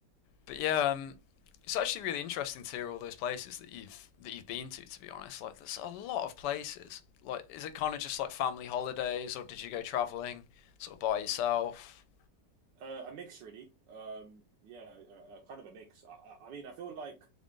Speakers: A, on the left; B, on the right.
A: But yeah, um, it's actually really interesting to hear all those places that you've that you've been to. To be honest, like there's a lot of places. Like, is it kind of just like family holidays, or did you go traveling sort of by yourself?
B: uh, a mix really. Um, yeah, uh, kind of a mix. I, I I mean, I feel like